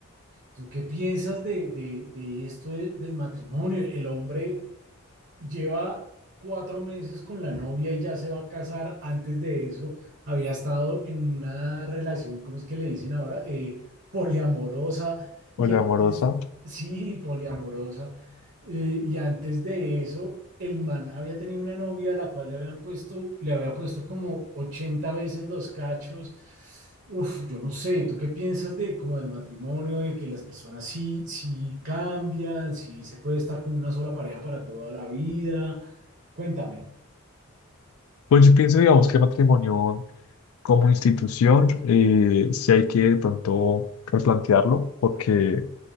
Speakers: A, on the right; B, on the left.
A: ¿tú qué piensas de, de- de esto de- del matrimonio? ¿El hombre lleva cuatro meses con la novia y ya se va a casar. Antes de eso, había estado en una relación, ¿cómo es que le dicen ahora? Eh, poliamorosa. Y
B: Hola
A: antes,
B: amorosa.
A: sí, poliamorosa. Eh, y antes de eso, el man había tenido una novia a la cual le habían puesto, le había puesto como 80 veces los cachos. Uf, yo no sé, ¿tú qué piensas de como del matrimonio, de que las personas sí, sí cambian, sí se puede estar con una sola pareja para toda la vida? Cuéntame.
B: Pues yo pienso, digamos, que el matrimonio como institución eh, sí hay que de pronto replantearlo, porque